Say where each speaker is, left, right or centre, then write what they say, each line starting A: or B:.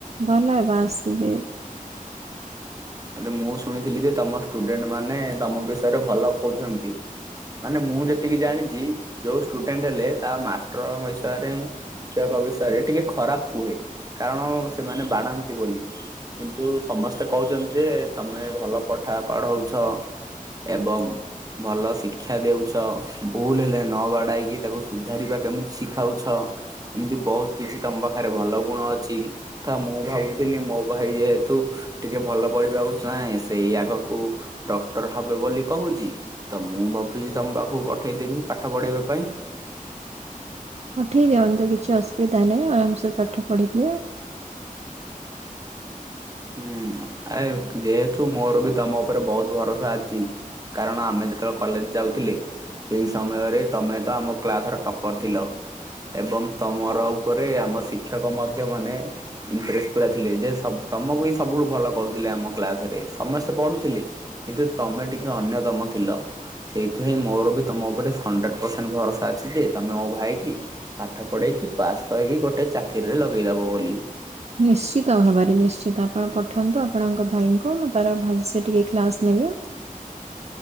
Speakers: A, on the right; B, on the right.
A: ଭଲ ହେବା ଆସିବେ।
B: ଆରେ ମୁଁ ଶୁଣିଥିଲି ଯେ ତମ ଷ୍ଟୁଡେଣ୍ଟ ମାନେ ତମ ବିଷୟରେ ଭଲ କହୁଛନ୍ତି। ମାନେ ମୁଁ ଯେତିକି ଜାଣିଛି ଯୋଉ ଷ୍ଟୁଡେଣ୍ଟ ହେଲେ ତା ମାଷ୍ଟର ବିଷୟରେ ଶିକ୍ଷକ ବିଷୟରେ ଟିକେ ଖରାପ କୁହେ କାରଣ ସେମାନେ ବାଡ଼ାନ୍ତି ବୋଲି। କିନ୍ତୁ ସମସ୍ତେ କହୁଛନ୍ତି ଯେ ତମେ ଭଲ ପାଠ ପଢଉଛ। ଏବଂ ଭଲ ଶିକ୍ଷା ଦଉଛ ଭୁଲ ହେଲେ ନ ବାଡାଇକି ତାକୁ ସୁଧାରିବା କେମିତି ଶିଖାଉଛ। ଏମତି ବହୁତ କିଛି ତମ ପାଖରେ ଭଲ ଗୁଣ ଅଛି। ମୁଁ ଭାବୁଥିଲି ମୋ ଭାଇ ଯେହେତୁ ଟିକେ ଭଲ ପଢିବାକୁ ଚାହେଁ ସେଇ ଆଗକୁ ଡକ୍ଟର ହବ ବୋଲି କହୁଛି। ତ ମୁଁ ଭାବୁଛି ତମ ପାଖକୁ ପଠେଇଦେବି ପାଠ ପଢେଇବା ପାଇଁ
A: ହଁ ଠିକ ଦିଅନ୍ତୁ କିଛି ଅସୁବିଧା ନାହିଁ ଆରାମସେ ପାଠ ପଢିିବି ଆଉ
B: ହୁଁ ଆରେ ଯେହେତୁ ମୋର ବି ତମ ଉପରେ ବହୁତ ଭରସା ଅଛି। କାରଣ ଆମେ ଯେତେବେଳେ କଲେଜ ଯାଉଥିଲେ। ସେଇ ସମୟରେ ତମେ ତ ଆମ କ୍ଲାସ ର ଟପର ଥିଲା। ଏବଂ ତମର ଉପରେ ଆମ ଶିକ୍ଷକ ମଧ୍ୟ ମାନେ ଇମ୍ପ୍ରେସ ପୁରା ଥିଲେ ଯେ ତମକୁ ହିଁ ସବୁଠୁ ଭଲ କହୁଥିଲେ ଆମ କ୍ଲାସ ରେ ସମସ୍ତେ ପଢୁଥିଲେ। କିନ୍ତୁ ତମେ ଟିକେ ଅନ୍ୟତମ ଥିଲା। ସେଇଥିପାଇଁ ମୋର ବି ତମ ଉପରେ ହଣ୍ଡ୍ରେଡ ପରସେଣ୍ଟ ଭରସା ଅଛି ଯେ ତମେ ମୋ ଭାଇ କି ପାଠ ପଢେଇକି ପାସ୍ କରକି ଗୋଟେ ଚାକିରିରେ ଲଗେଇଦବ ବୋଲି।
A: ନିଶ୍ଚିତ ଭାବରେ ନିଶ୍ଚିତ ଆପଣ ପଠନ୍ତୁ ଆପଣଙ୍କ ଭାଇଙ୍କୁ ମୁଁ ତାର ଭଲସେ ଟିକେ କ୍ଲାସ ନେବି।
B: ହ